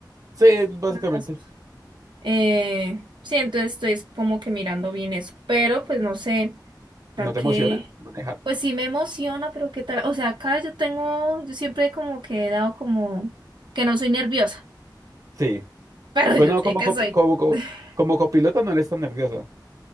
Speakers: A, on the right (about 45°); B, on the right (about 80°).
A: Sí, básicamente.
B: cosas. Eh, sí, entonces estoy como que mirando bien eso, pero pues no sé, tal
A: ¿No te
B: que,
A: emociona manejar?
B: pues sí me emociona, pero qué tal, o sea, acá yo tengo, yo siempre como que he dado como que no soy nerviosa,
A: Sí.
B: <laughs> pero
A: Pues
B: yo
A: no,
B: sé
A: como,
B: que
A: cop-
B: soy.
A: como, co-
B: <laughs>
A: como copiloto no eres tan nerviosa.